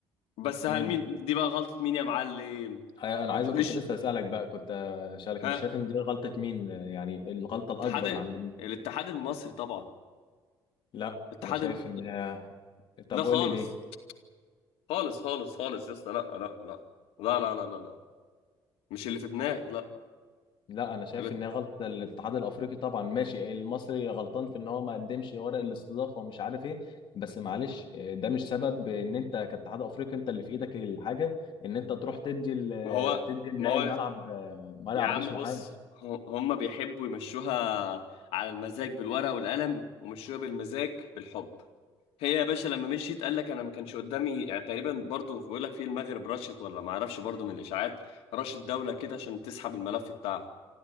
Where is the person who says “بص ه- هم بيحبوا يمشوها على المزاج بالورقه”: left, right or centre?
Left